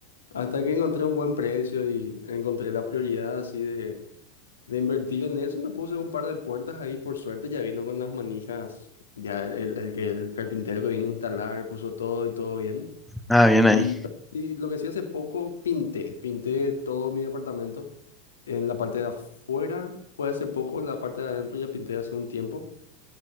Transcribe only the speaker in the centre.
Ah, bien
ahí.